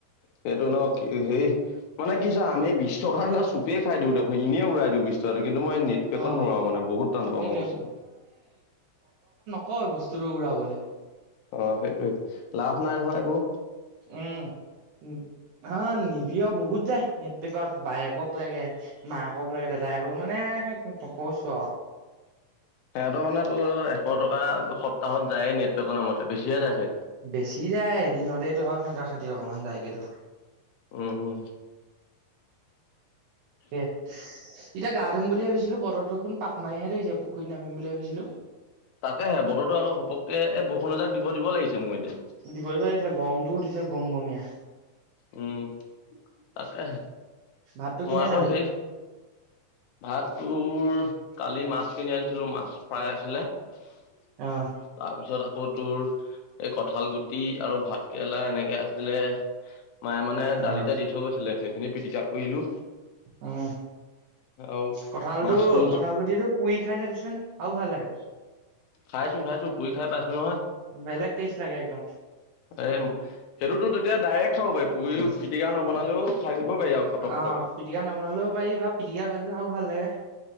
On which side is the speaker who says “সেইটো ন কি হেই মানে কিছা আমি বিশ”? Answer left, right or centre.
Left